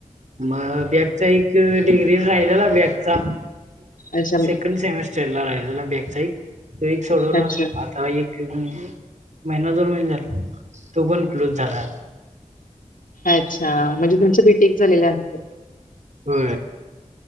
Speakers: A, on the right; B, on the left.
A: मग बॅगचा एक डिग्री राहिलेला बॅगचा
B: अच्छा
A: सेकंड सेमेस्टर चढला राहिले बॅगचा एक तो एक सोडवला
B: अच्छा
A: आता एक महिना दोन महिने झाले तो पण क्लोज झाला
B: अच्छा म्हणजे तुमच बीटेक झालेले आहे
A: हो